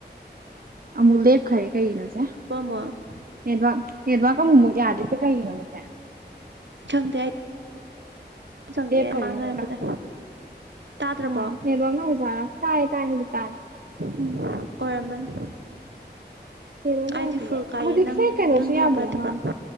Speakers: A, on the right; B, on the right.
A: ꯑꯃꯨꯛ ꯂꯦꯞꯈꯔꯦ ꯀꯩꯒꯤꯅꯣꯁꯦ꯫
B: ꯄꯥꯃ <inaudible>
A: ꯅꯗꯋꯥꯛ ꯅꯦꯗꯋꯥꯛꯀ ꯑꯃꯨꯃꯨꯛ ꯌꯥꯗꯣꯏꯁꯦ ꯀꯩꯒꯤꯅꯣ ꯃꯁꯦ꯫
B: ꯈꯪꯗꯦ ꯑꯩ꯫ ꯆꯪꯉꯛꯑꯦ
A: ꯂꯦꯞꯈꯔꯦ
B: ꯃꯄꯥꯟ
A: ꯑꯃꯨꯛꯀ
B: ꯂꯩꯔꯝꯕꯗ ꯇꯥꯗ꯭ꯔꯕꯣ
A: ꯑꯥ ꯅꯦꯠꯋꯥꯛꯅ ꯑꯣꯖꯥꯔꯥ ꯇꯥꯏꯌꯦ ꯇꯥꯏ ꯍꯧꯖꯤꯛ ꯇꯥꯔꯦ꯫
B: ꯎꯝ ꯑꯣꯏꯔꯝꯃꯅꯤ꯫
A: ꯅꯦꯠꯋꯥꯛ
B: ꯑꯩꯗꯤ
A: ꯌꯥꯗꯌꯦꯦ
B: ꯐꯨꯜ ꯀꯥꯏꯌꯦ
A: ꯍꯧꯖꯤꯛꯁꯦ
B: ꯅꯪ
A: ꯀꯩꯅꯣꯁꯨ
B: ꯅꯪ ꯌꯥꯕ꯭ꯔꯥ
A: ꯌꯥꯗꯕ
B: ꯅꯠꯇꯕ꯭ꯔꯥ
A: ꯃꯥꯂꯦ